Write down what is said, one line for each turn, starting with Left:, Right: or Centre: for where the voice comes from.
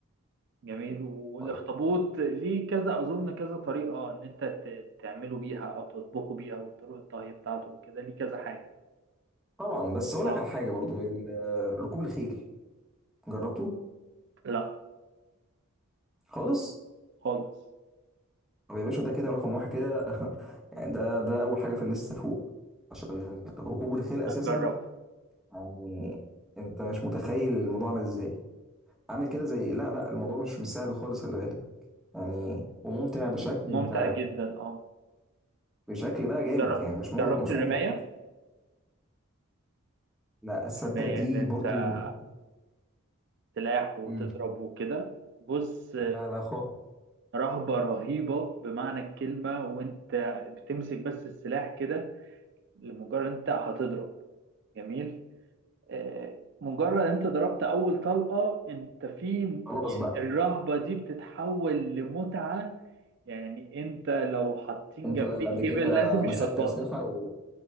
Right: جميل والاخطبوط
Centre: طيب
Right: ليه كذا اظن كذا طريقه ان انت ت- تعمله بيها او تطبخه بيها وطرق الطهي بتاعته وكده ليه كذا حاجه
Centre: طبعا بس اقول
Right: اه
Centre: لك على حاجه برضو ال- ركوب الخيل جربته
Right: لا
Centre: خالص
Right: خالص
Centre: طب يا باشا ده كده رقم واحد كده يعني ده ده اول حاجه في الليسته فوق عشان ركوب الخيل اساسا
Right: جرب
Centre: يعني انت مش متخيل الموضوع عامل ازاي عامل كده زي لا لا الموضوع مش مش سهل خالص خلي بالك يعني وممتع بشكل
Right: ممتع
Centre: انت
Right: جدا اه
Centre: بشكل بقى جامد
Right: جربت
Centre: يعني مش مو...
Right: جربت
Centre: مش
Right: الرمايه
Centre: ممتع عادي لا اصدق
Right: الرمايه
Centre: دي
Right: ان انت
Centre: برضو من...
Right: سلاح وتضرب
Centre: مم.
Right: وكده بص
Centre: لا لا خالص
Right: رهبه رهيبه بمعنى الكلمه وانت بتمسك بس السلاح كده لمجرد انت هتضرب جميل آه، مجرد انت ضربت اول طلقة انت في
Centre: خلاص
Right: يعني
Centre: بقى
Right: الرهبة دي بتتحول لمتعة يعني انت لو حاطين
Centre: انت
Right: جنبيك
Centre: لا قبل كده
Right: ابل لازم مش
Centre: مسكت
Right: هتبطل
Centre: اسلحه و...